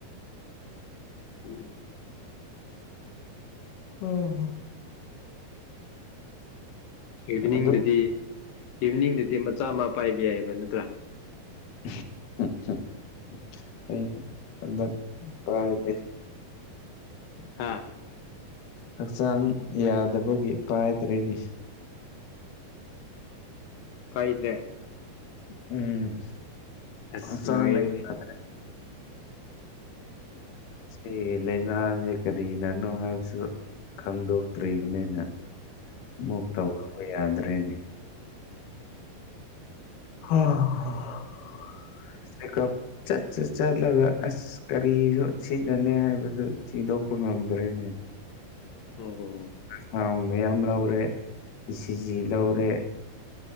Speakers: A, on the left (about 80°); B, on the left (about 65°).
A: <inaudible>
B: ꯑꯥꯍ
A: ꯏꯚꯤꯅꯤꯡꯗꯗꯤ
B: ꯑꯗꯨ
A: ꯏꯚꯤꯅꯤꯡꯗꯗꯤ ꯃꯆꯥ ꯑꯃ ꯄꯥꯏꯕ ꯌꯥꯏꯌꯦꯕ ꯅꯠꯇ꯭ꯔꯥ
B: <unintelligible> ꯑꯩꯗꯤ ꯍꯟꯗꯛ ꯄꯥꯏꯗꯦ <inaudible>
A: ꯍꯥꯥ
B: ꯍꯛꯆꯥꯡ ꯌꯥꯗꯕꯒꯤ ꯄꯥꯏꯗ꯭ꯔꯦꯅꯤ
A: ꯄꯥꯏꯗ꯭ꯔꯦ
B: ꯎꯝ
A: ꯑꯁ
B: ꯍꯛꯆꯥꯡꯅ
A: ꯂꯣꯏꯔꯦ
B: ꯌꯥꯗ꯭ꯔꯦ
A: <inaudible>
B: ꯁꯤ ꯂꯥꯏꯅꯥꯁꯦ ꯀꯔꯤꯅꯅꯣ ꯍꯥꯏꯕꯁꯨ ꯈꯪꯗꯣꯛꯇ꯭ꯔꯤꯕꯅꯤꯅ ꯃꯨꯛ
A: ꯎꯝ
B: ꯇꯧꯔꯨꯕ ꯌꯥꯗ꯭ꯔꯦꯅꯦ <unintelligible> ꯆꯠꯁꯨ ꯆꯠꯂꯒ ꯑꯁ ꯀꯔꯤꯔꯣ ꯁꯤꯅꯅꯤ ꯍꯥꯏꯕꯗꯨ ꯊꯤꯗꯣꯛꯄ ꯉꯝꯗ꯭ꯔꯦꯅꯦ
A: ꯑꯣ ꯍꯣꯏ
B: ꯁꯥꯎꯟ
A: ꯍꯣꯏ
B: ꯃꯌꯥꯝ ꯂꯧꯔꯦ ꯏꯁꯤꯖꯤ ꯂꯧꯔꯦ
A: ꯎꯝ